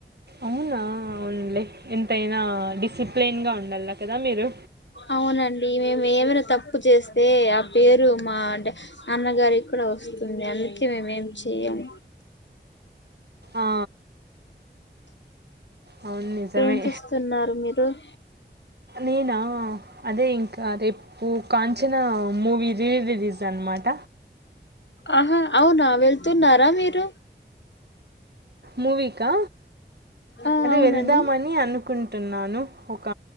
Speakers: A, on the right; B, on the left.
A: అవునా అవున్లే ఎంతైనా డిసిప్లిన్గా ఉండాల కదా మీరు
B: అవునండి మేము ఏమైనా తప్పు చేస్తే, ఆ పేరు మా నాన్నగారికి కూడా వస్తుంది అందుకే మేమేం చెయము
A: ఆ, అవును నిజమే
B: ఏం చేస్తున్నారు మీరు అ
A: నేన అదే ఇంకా రేపు కాంచనా మూవీ రి రిలీజ్ అన్నమాట
B: ఆహా అవునా వెళ్తున్నారా మీరు
A: మూవీకా
B: ఆ
A: అదే
B: అవునండి
A: వెళ్దామని అను కుంటున్నాను ఒక